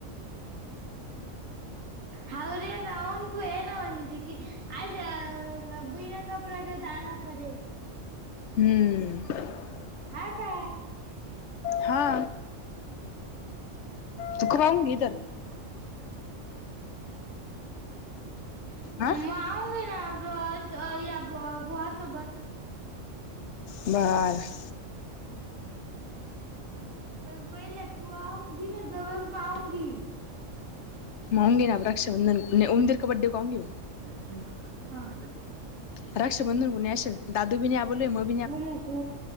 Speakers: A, on the right (about 85°); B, on the left (about 65°).
A: होरे ना नगु येन म्हणजिकी आयज अ <unintelligible> कपडा का दाणा पडे <unintelligible>
B: हम्म <unintelligible> हम् <unintelligible>
A: हा काय <unintelligible>
B: हा‌ तुकराय इधर <unintelligible>
A: हो हम्
B: हा
A: मग आऊगे ना या भुवा सोबत <unintelligible>
B: बार <unintelligible>
A: पण पहिलं तू आहंगी ना जवळ पाहंगी <unintelligible>
B: आऊंगी ना प्र रााबंधन उमंदिरके बड्डे को आऊंगी <unintelligible>
A: ब्लॅक प्रेंट पण कदमलं पाहिे ना <unintelligible>
B: राखक्ष बंधुून कोणी असल दादू बी आ बोलें <unintelligible>
A: व मग खू